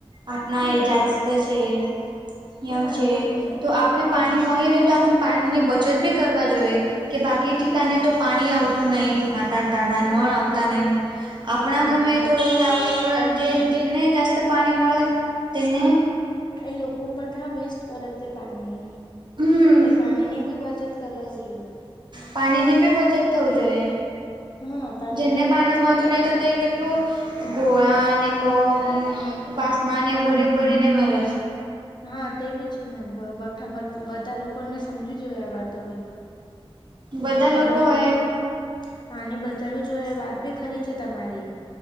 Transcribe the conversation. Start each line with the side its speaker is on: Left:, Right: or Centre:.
Right: આપણા
Left: હમ
Right: એ જાસ્ત છે નિયમ
Left: હા
Right: છે
Left: એ
Right: તો આપણે પાણી મળી રહે તો આપ પાણી ની બચત બી કરવા જોઈએ કે બાકી ઠિકાને તો પાણી આવતું નહી.
Left: હા
Right: ન
Left: હા
Right: આવતા
Left: તે
Right: નહી
Left: તો ના
Right: આપણા
Left: આવતા
Right: ગમે
Left: નહી
Right: તો રોજ આવજ જેને પાણી મળે જ તેને
Left: એ લોકો વેસ્ટ કરે તે પાણી
Right: હમ
Left: એ પાણીની બી બચત કરાવવી જોઈએ.
Right: પાણી ની બી બચત થવું જોઈએ.
Left: હા પાણીની
Right: જેને
Left: બી
Right: પાનું
Left: બચત
Right: મો હતું
Left: કર
Right: ને તો તે કેટલું ગોળા અનેને કપ
Left: હા
Right: પાસના ને
Left: હા
Right: ભરી ભરીને મેલો છે.
Left: હા તે બી છે ને બા બધા લોકોને સમજી જોઈએ આ વાતો બી એ
Right: બધા
Left: વાથ
Right: લોકો
Left: લોકોક
Right: હોય
Left: પાની બચડવું જોઈ એ વાત બી ખરી છે તમારી.